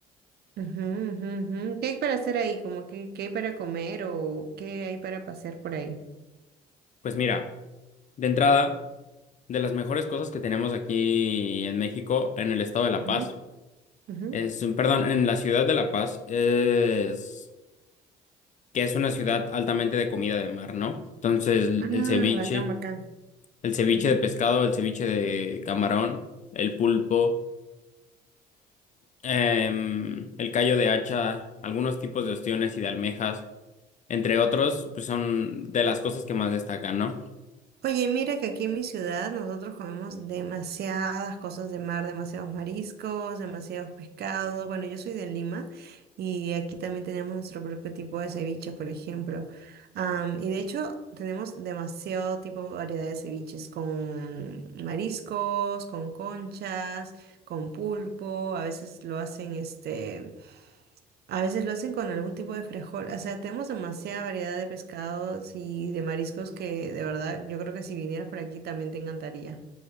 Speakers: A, on the right; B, on the left.
A: Ujú, ujú, ujú. ¿Qué hay para hacer ahí? Como que, ¿qué hay para comer o qué hay para pasear por ahí?
B: Pues mira, de entrada, de las mejores cosas que tenemos aquí en México, en el estado de La
A: Ujú,
B: Paz,
A: ujú.
B: es, perdón, en la ciudad de La Paz, es que es una ciudad altamente de comida de mar, ¿no? Entonces,
A: Ah,
B: el ceviche,
A: bacán, bacán.
B: el ceviche
A: Ujú.
B: de pescado, el ceviche de camarón, el pulpo. em, el callo de hacha, algunos tipos de ostiones y de almejas, entre otros, pues son de las cosas que más destacan, ¿no?
A: Oye, mira que aquí en mi ciudad nosotros comemos demasiadas cosas de mar, demasiados mariscos, demasiados pescados. Bueno, yo soy de Lima y aquí también tenemos nuestro propio tipo de ceviche, por ejemplo. Am, y de hecho tenemos demasiado tipo de variedad de ceviches con mariscos, con conchas, con pulpo. A veces lo hacen este A veces lo hacen con algún tipo de frijol. O sea, tenemos demasiada variedad de pescados y de mariscos que de verdad yo creo que si vinieras por aquí también te encantaría.